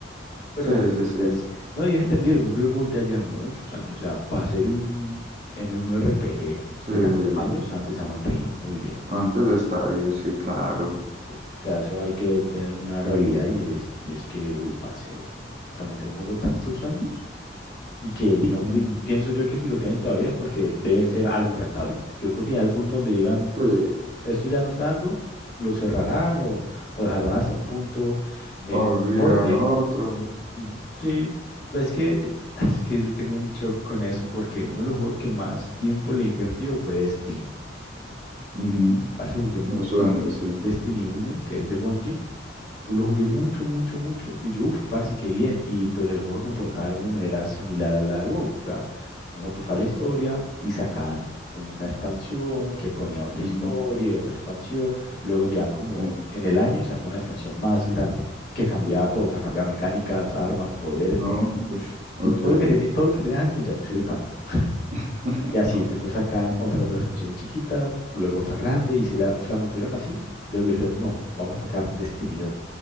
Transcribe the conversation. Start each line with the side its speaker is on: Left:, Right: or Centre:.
Left: pero
Right: Sí, sí, sí,
Left: pues, no, y es entendible, por ejemplo, el WoW ya lleva muchos años, o sea, para ser un MMORPG
Right: sí.
Left: de tantos años, antes se ha mantenido muy bien,
Right: Antes está ahí, sí, claro.
Left: sí, o sea, eso hay que tener una realidad y es, y es que, uy, parce, se ha mantenido un juego tantos años y que, digamos,
Right: Mm,
Left: de- pienso yo que si lo tienen todavía es porque debe ser algo rentable. Yo creo que ya el punto donde digan,
Right: sí,
Left: esto ya no está dando, lo cerrarán o, o dejarán hasta un punto eh,
Right: abrirán
Left: con corte.
Right: otro.
Left: Ujú, Sí, pues es que, es que yo tengo un shock con eso porque uno de los juegos que más tiempo le he invertido fue Destiny.
Right: Ujú,
Left: Parece que jugué mucho
Right: Me suena,
Left: tiempo
Right: sí.
Left: Destiny uno que es de Bungie, Lo jugué mucho, mucho, mucho. Y yo, uff, parce, qué bien. Y pues el juego se comportaba de una manera similar a la de WoW. O sea, uno pasaba la historia y sacaban una expansión que ponía otra
Right: Ujú,
Left: historia y otra expansión. Luego llegaban como
Right: sí.
Left: en el año y sacó una expansión más grande que cambiaba todo. O sea, cambiaba mecánicas, armas, poderes,
Right: Oh,
Left: mejor dicho.
Right: ush, ok.
Left: Todo lo que teni- todo lo que tenías antes ya no sirve para nada.
Right: <laughs>
Left: Y así, después sacaban otras dos expansiones chiquitas, luego otra grande y se la, se la mantuvieron así. Luego dijeron, no, vamos a sacar Destiny